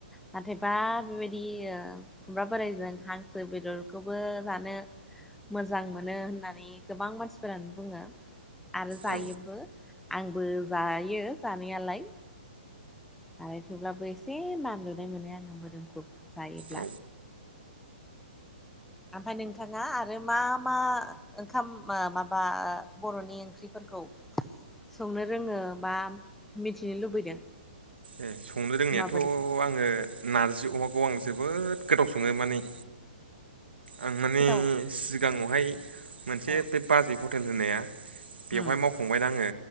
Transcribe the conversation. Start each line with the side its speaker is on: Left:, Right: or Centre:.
Centre: नाथायबा बेबायदि खुमब्रा बोराइजों हांसो बेदरखौबो जानो- मोजां मोनो होननानै गोबां मानसिफोरानो बुङो। आरो जायोबो
Right: औ
Centre: आंबो जायो जानायालाय आरो थेवब्लाबो एसे मानलुनाय मोनो आङो मोदोमखौ जायोब्ला।
Right: औ
Centre: आमफ्राय नोंथाङा आरो मा मा ओंखाम ओ माबा बर'नि ओंख्रिफोरखौ संनो रोङो बा मिथिनो लुबैदों
Right: ए संनो रोंनायाथ'
Centre: माबादि सं
Right: आङो नारजि अमाखौ आं जोबोद गोदाव सङो माने आं माने
Centre: गोथाव
Right: सिगाङावहाय मोनसे
Centre: औ
Right: बे बाजै हटेल होनाया बेवहाय
Centre: उम
Right: मावखांबायना आङो